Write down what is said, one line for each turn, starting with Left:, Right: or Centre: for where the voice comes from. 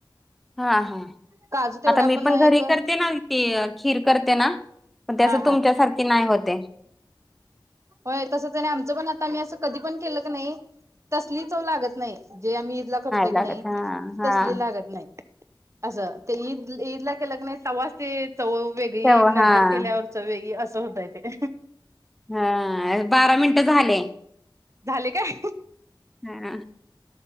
Centre: हा हा
Right: काजू तेवढा
Centre: आता
Right: आपण
Centre: मी पण
Right: एक
Centre: घरी
Right: हा
Centre: करते ना. त खीर करते ना प त्यास
Right: हा
Centre: तुमच्यासारखी नाही होते.
Right: होय तसं त्याने आमचं पण आता मी असं कधी पण केलं की नाही. तसलीच लागत नाही जे आम्ही ईदला करतोय की
Centre: लागत
Right: नाही
Centre: हां हां.
Right: तसली लागत नाही. असं ते ईद ईदला केलंग नाही सव्वास ते चौ वेगळी
Centre: तेव्हा
Right: नंतर
Centre: हां
Right: केल्यावर वेगळी असं होतय ते
Centre: हा बारा मिनट झाले.
Right: झाले काय?
Centre: हा.